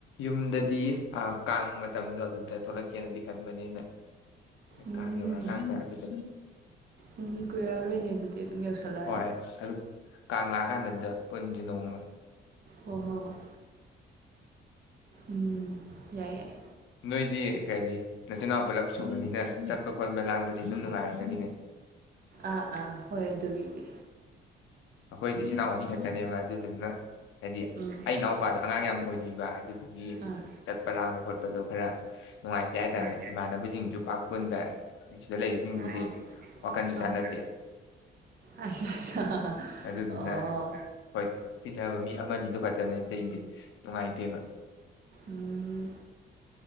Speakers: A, on the left; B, on the right.
A: ꯌꯨꯝꯗꯗꯤ ꯑ ꯀꯥꯡ ꯃꯇꯝꯗꯣ ꯑꯗꯨꯗ ꯊꯣꯛꯂꯛꯀꯦꯅꯗꯤ ꯈꯟꯕꯅꯦ ꯑꯩꯅ꯫
B: ꯎꯝ
A: ꯀꯥꯡ ꯌꯧꯔꯛꯑꯀꯥꯟꯗ ꯑꯗꯨꯗ
B: ꯎꯝ ꯀꯨꯏꯔꯛꯑꯔꯣꯏꯅꯦ ꯑꯗꯨꯗꯤ ꯑꯗꯨꯝ ꯌꯧꯁꯜꯂꯛꯑꯅꯤ
A: ꯍꯣꯏ ꯑꯗꯨ ꯀꯥꯡ ꯂꯥꯛꯑꯀꯥꯟꯗꯨꯗ ꯄꯨꯟꯖꯤ ꯅꯣꯡꯃ꯫
B: ꯍꯣ ꯍꯣ ꯍꯣꯏ ꯎꯝ ꯌꯥꯏ ꯌꯥꯏ
A: ꯅꯣꯏꯗꯤ ꯀꯔꯤ ꯅꯆꯤꯟꯅꯥꯎ ꯄꯨꯂꯞ ꯁꯨꯕꯅꯤꯅ ꯆꯠꯄ ꯈꯣꯠꯄ ꯂꯥꯡꯕꯗꯤ ꯑꯗꯨꯝ ꯅꯨꯡꯉꯥꯏꯔꯝꯒꯅꯤꯅꯦ꯫
B: ꯑꯥ ꯑꯥ ꯍꯣꯏ ꯑꯗꯨꯒꯤꯗꯤ꯫
A: ꯑꯩꯈꯣꯏꯗꯤ ꯏꯆꯤꯟ ꯏꯅꯥꯎ ꯑꯅꯤ ꯈꯛꯇꯅꯦꯕ ꯑꯗꯨꯗꯨꯅ ꯍꯥꯏꯗꯤ
B: ꯎꯝ
A: ꯑꯩ ꯏꯅꯥꯎꯄꯥꯗꯣ ꯑꯉꯥꯡ ꯌꯥꯝ ꯑꯣꯏ꯫ ꯂꯤꯕ ꯑꯗꯨꯗꯨꯒꯤ
B: ꯑꯥ
A: ꯆꯠꯄ ꯂꯥꯡꯕ ꯈꯣꯠꯄꯗꯣ ꯈꯔ ꯅꯨꯡꯉꯥꯏꯇꯦ ꯍꯥꯏꯇꯥꯔꯦ
B: ꯑꯥ
A: ꯏꯃꯥꯟꯅꯕꯁꯤꯡꯖꯨ ꯄꯥꯛ ꯄꯟꯗ꯫ ꯁꯤꯗ ꯂꯩꯖꯤꯡꯖꯤꯗꯤ
B: ꯑꯣ ꯑꯣ
A: ꯋꯥꯈꯟꯖꯨ ꯆꯥꯟꯅꯗꯦ꯫
B: ꯑꯥ ꯑꯩꯁ ꯑꯩꯁ
A: ꯑꯗꯨꯗꯨꯅ
B: ꯑꯣ
A: ꯍꯣꯏ ꯇꯤꯟꯅꯕ ꯃꯤ ꯑꯃꯅꯤꯗꯨ ꯈꯛꯇꯅꯦ ꯑꯇꯩꯗꯤ ꯅꯨꯡꯉꯥꯏꯇꯦꯕ꯫
B: ꯎꯝ